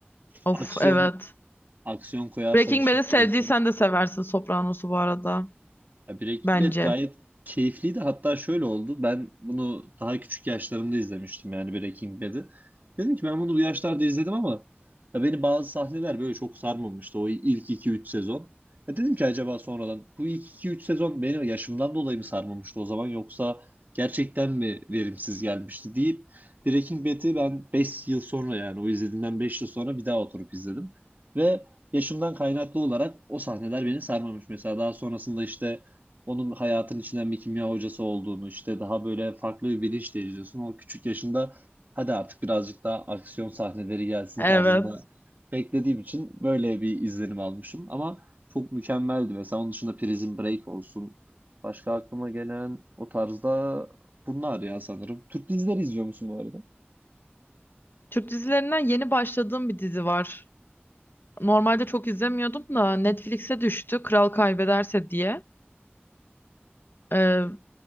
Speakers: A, on the left; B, on the right.
A: Of
B: Aksiyon
A: evet.
B: aksiyon koyarsak
A: Breaking
B: işin
A: Bad'i
B: içerisine
A: sevdiysen de seversin Sopranos'u bu arada.
B: Ya Breaking
A: Bence.
B: Bad gayet keyifliydi. Hatta şöyle oldu. Ben bunu daha küçük yaşlarımda izlemiştim yani Breaking Bad'i. Dedim ki ben bunu bu yaşlarda izledim ama ya beni bazı sahneler böyle çok sarmamıştı o ilk iki üç sezon. Ya dedim ki acaba sonradan bu ilk iki üç sezon beni yaşımdan dolayı mı sarmamıştı o zaman yoksa gerçekten mi verimsiz gelmişti deyip Breaking Bad'i ben 5 yıl sonra yani o izlediğimden 5 yıl sonra bir daha oturup izledim. Ve yaşımdan kaynaklı olarak o sahneler beni sarmamış. Mesela daha sonrasında işte onun hayatın içinden bir kimya hocası olduğunu işte daha böyle farklı bir bilinç de izliyorsun. O küçük yaşında hadi artık birazcık daha aksiyon sahneleri gelsin
A: Evet.
B: tarzında beklediğim için böyle bir izlenim almışım. Ama çok mükemmeldi. Mesela onun dışında Prison Break olsun. Başka aklıma gelen o tarzda bunlar ya sanırım. Türk dizileri izliyor musun bu arada?
A: Türk dizilerinden yeni başladığım bir dizi var. Normalde çok izlemiyordum da Netflix'e düştü. Kral Kaybederse diye. Ee,